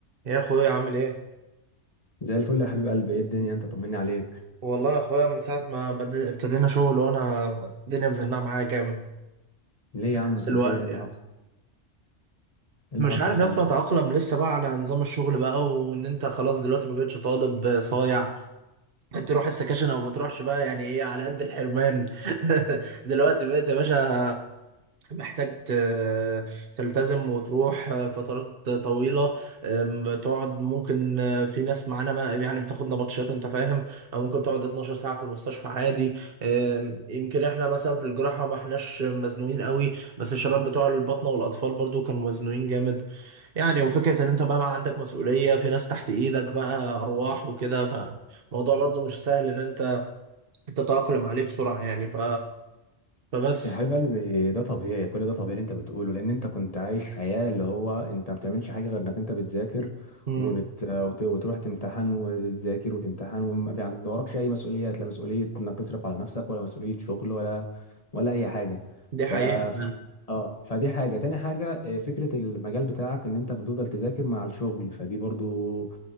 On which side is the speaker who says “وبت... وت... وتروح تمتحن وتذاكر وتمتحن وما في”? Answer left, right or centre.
Left